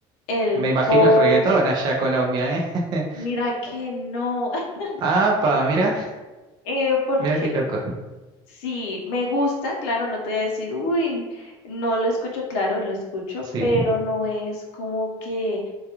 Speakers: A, on the left (about 85°); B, on the right (about 40°).
A: el
B: Me imagino
A: pop.
B: el reggaetón allá en Colombia, ¿eh? <laughs>
A: Mira que no, <laughs>
B: pa, mira,
A: eh, porque
B: mira qué loco.
A: mm, sí, me gusta, claro, no te voy a decir, uy, n- no lo escucho, claro, lo escucho,
B: Sí.
A: pero no es como que